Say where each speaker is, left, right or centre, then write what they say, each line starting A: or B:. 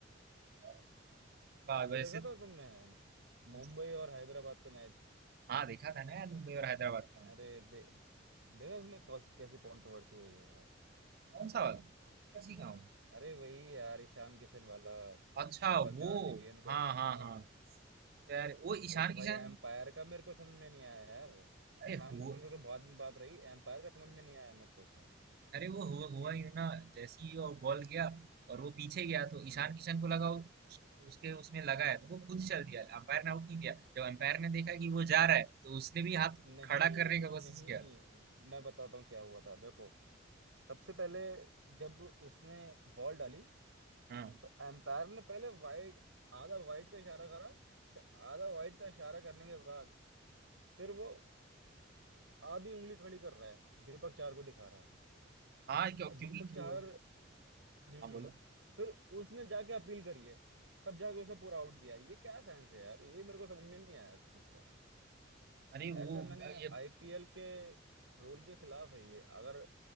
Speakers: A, on the right; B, on the right.
A: और
B: वो
A: का वैसे
B: देखा था तुमने मुंबई
A: कौन सा
B: और हैदराबाद का मैच
A: हाँ देखा था ना यार मुंबई और हैदराबाद का मैच
B: अरे दे, देखा उसमें कौस- कैसी कंट्रोवर्सी हुई है
A: कौन सा वाला कौन सी गाँव है
B: अरे वही यार ईशान किशन वाला
A: अच्छा
B: दीपक
A: वो
B: चाहर ने गेंद कर
A: हाँ
B: हाँ
A: हाँ हाँ तो यार वो ईशान
B: वो तो भाई
A: किशन
B: एम्पायर का मेरे को समझ में नहीं आया यार
A: अरे
B: ईशान
A: हो
B: किशन का तो बाद में बात रही एम्पायर का समझ में नहीं आया मेरे को उसमें
A: अरे वो हुआ हुआ यूं ना जैसे ही वो बॉल गया और वो पीछे गया तो
B: हम्म
A: ईशान किशन को लगा उस, उसके उसमें लगा है तो वो खुद चल दिया अंपायर ने आउट नहीं दिया जब अंपायर ने देखा कि वो जा रहा है तो उसने भी हाथ
B: नहीं
A: खड़ा करने का कोशिश
B: नहीं
A: किया
B: मैं बताता हूँ क्या हुआ था देखो सबसे पहले जब उसने बॉल डाली
A: हाँ
B: तो एम्पायर ने पहले वाइड आधा वाइड का इशारा करा फिर आधा वाइड का इशारा करने के बाद फिर वो आधी उंगली खड़ी कर रहा है दीपक चार को दिखा रहा है
A: हाँ क्यों
B: और
A: क्योंकि
B: दीपक चार
A: क्यों
B: हम्म
A: हाँ बोलो
B: फिर उसने जाके अपील करी है तब जाके उसने पूरा आउट दिया ये क्या साइंस है यार ये मेरे को समझ में नहीं आया इस चीज का
A: अरे वो
B: ऐसा मैंने
A: ये
B: आईपीएल के रूल के खिलाफ है ये अगर